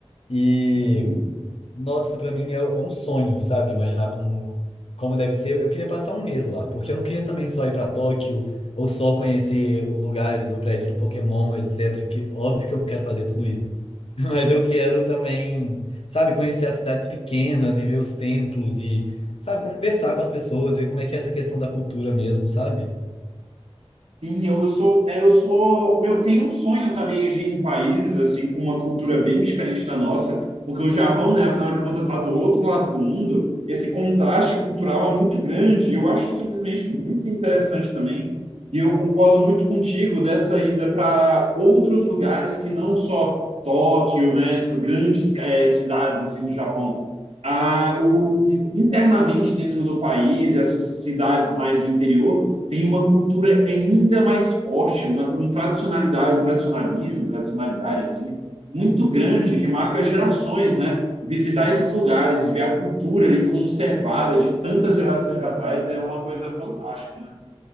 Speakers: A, on the left; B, on the right.
A: E
B: <laughs>
A: nossa, pra mim é, é um sonho, sabe? Imaginar como, como deve ser. Eu queria passar um mês lá, porque eu não queria também só ir pra Tóquio ou só conhecer os lugares, o prédio do Pokémon, etc. Que óbvio que eu quero fazer tudo isso, <laughs> mas eu quero também, sabe, conhecer as cidades pequenas e ver os templos e, sabe, conversar com as pessoas, ver como é que é essa questão da cultura mesmo, sabe?
B: Sim, eu sou, é, eu sou, meu, tenho um sonho também de ir em países assim com uma cultura bem diferente da nossa, porque o Japão, né, afinal de contas, está do outro lado do mundo. Esse contraste cultural é muito grande. e Eu acho simplesmente muito interessante também. E eu concordo muito contigo dessa ida para outros lugares que não só Tóquio, né, essas grandes eh, cidades assim do Japão. Ah, o, internamente dentro do país, essas cidades mais do interior tem uma cultura ainda mais forte, uma um tradicionalidade, um tradicionalismo, tradicionalidade assim muito grande que marca gerações, né? Visitar esses lugares e ver a cultura ali conservada de tantas gerações atrás é uma coisa fantástica, né?